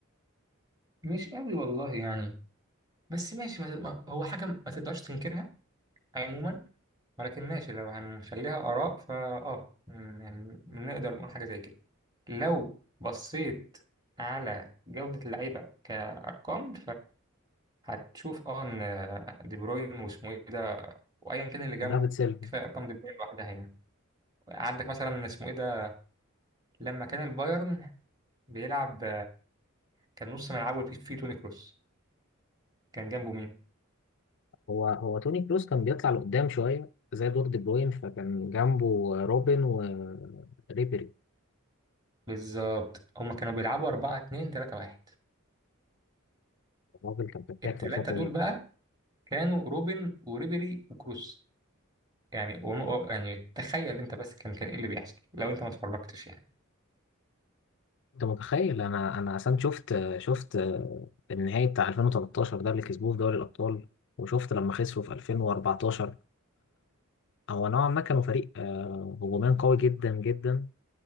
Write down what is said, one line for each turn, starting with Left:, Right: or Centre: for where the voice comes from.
Right: مش قوي والله يعني بس ماشي ما... ما- هو حاجة ما تقدرش تنكرها عموما ولكن ماشي لو هنخليها آراء فا اه م- يعني نقدر نقول حاجة زي كده لو بصيت على جودة اللعيبة كأرقام هتشوف اه ان دي بروين واسمه ايه ده وايا كان اللي جنبه
Left: دافيد سيلفا
Right: كفايه ارقام دي بروين لوحدها يعني عندك مثلا اسمه ايه ده لما كان البايرن بيلعب كان نص ملعبه فيه فيه توني كروس كان جنبه مين
Left: هو هو توني كروس كان بيطلع لقدام شويه زي دور دي بروين فكان جنبه روبن وريبيري
Right: بالظبط هما كانوا بيلعبوا 4 2 3 1
Left: الراجل كان فتاك
Right: الثلاثه
Left: في الفتره
Right: دول
Left: دي
Right: بقى كانوا روبن وريبيري وكروس يعني وم... يعني تخيل انت بس كان كان ايه اللي بيحصل لو انت ما اتفرجتش يعني
Left: انت متخيل انا انا اصلا شفت شفت النهائي بتاع 2013 ده اللي كسبوه في دوري الابطال وشفت لما خسروا في 2014 هو نوعا ما كانوا فريق آه، هجوميا قوي جدا جدا